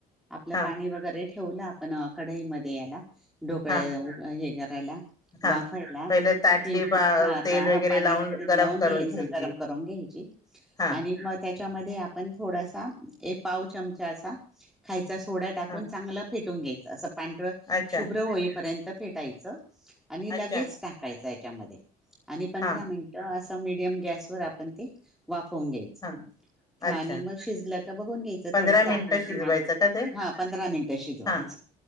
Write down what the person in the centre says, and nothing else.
आपलं
पाणी वगैरे ठेवलं आपण अ कढईमध्ये याला ढोकळे
हे करायला.
वाफायला
कि
हा
हा
पाणी
तूप
लावून
घ्यायचं
गरम करून घ्यायचं. चे
आणि म त्या च्यामध्ये आपण थोडासा एक पाव चमचा असा खायचा सोडा टाकून
चांगलं. फेटून घ्यायचं असं पांढर
शुभ्र होईपर्यंत फेटायचं. आणि
लगेच टाकायचं याच्यामध्ये आणि पंधरा
मिनटं असं. सं मिडीयम गॅसवर आपण ते वाफवून घ्यायचं.
हा
आणि मग शिजलं का बघून घ्यायचं
थोडं चाकू
किंवा
हा पंधरा मिनटं शिजवायचं